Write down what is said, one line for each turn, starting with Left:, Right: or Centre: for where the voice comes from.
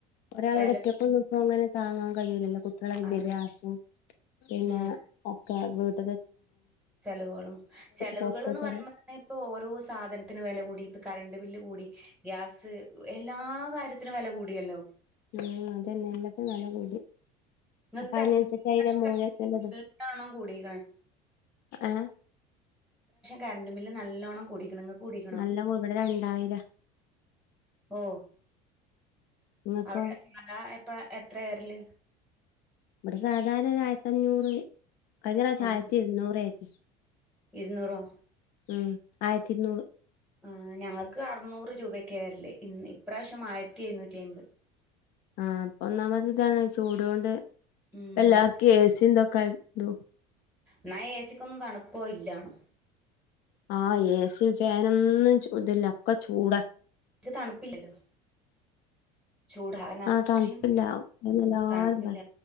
Left: ഒരാളോട്
Centre: വെല
Left: ഒറ്റക്കന്നും പ്പോങ്ങനെ താങ്ങാ കല്ലുലോ കുട്ടിയാളെ
Centre: അതെ
Left: വിദ്യാഭ്യാസം പിന്നെ
Centre: ഉം
Left: ഇൻ ഓഡിബിൾ
Centre: ചെലവുകളും ചെലവുകൾന്ന്
Left: പൊറത്തത്തെ
Centre: പറയുമ്പോ തന്നെ ഇപ്പൊ ഓരോ സാധനത്തിന് വില കൂടി ഇപ്പോ കറണ്ട് ബില്ല് കൂടി ഗ്യാസ് എല്ലാ കാര്യത്തിനും വില കൂടിയല്ലോ
Left: ഉ അതന്നെ എല്ലാത്തിനും വെല കൂടി
Centre: നിങ്ങക്ക്
Left: അപ്പൊ
Centre: കറന്റ്‌ബില്ല്
Left: അതിനനുസരിച്ച് അതിന്റെ മൂല്യത്തിന്റെതും
Centre: കൂടിക്ക്ണ്
Left: ഏഹ്
Centre: കറണ്ട് ബില്ല് നല്ലോണ്ണം കൂടിക്ക്ണ് കൂടീക്ക്ണോ?
Left: നല്ല ഇവിടെ രണ്ടായിരം
Centre: ഓ
Left: ഇങ്ങക്കോ
Centre: അവിടെത അപ്പ എത്ര വരല്?
Left: ഇവിടെ സാധാരണ ഒരു ആയിരത്തി അഞ്ഞൂറ് കഴിഞ്ഞ പ്രാവശ്യം
Centre: ആഹ്
Left: ആയിരത്തി ഇരുന്നൂർ ആയിർന്നു
Centre: ഇരുന്നൂറോ
Left: ഉം ആയിരത്തി ഇരുനൂറ്
Centre: ആ ഞങ്ങൾക്ക് അറുനൂറ് രൂപൊക്കെ വരല് ഇ ഇപ്രാവശ്യം ആയിരത്തി എഴുന്നൂറ്റി അമ്പത്
Left: ആ അപ്പൊ ഒന്നാമത് ഇതാണ് ചൂടൊണ്ട് പ്പോല്ലാർക്കും
Centre: ഉം
Left: എസിതൊക്കെതു
Centre: ന്നാ ഏസിക്കൊന്നും തണുപ്പോ ഇല്ലാണ്
Left: ആ ഏസി ഫാനൊന്നും ഇതില്ല ഒക്കെ ചൂടാ
Centre: ച്ച് തണുപ്പില്ലല്ലോ ചൂടാകാൻ അത്രയും
Left: ആഹ് തണുപ്പില്ല അതെന്നെ എല്ലാരും
Centre: തണുപ്പില്ല
Left: പറ